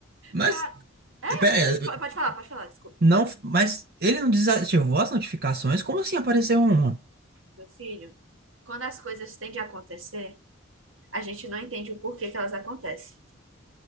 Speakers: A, on the right; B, on the right.
A: Mas,
B: Cara, é?
A: pera
B: po-
A: aí,
B: Pode falar, pode falar, desculpa.
A: Não, mas ele não desativou as notificações? Como assim apareceu uma?
B: Meu filho, quando as coisas tendem a acontecer, a gente não entende o porquê que elas acontecem.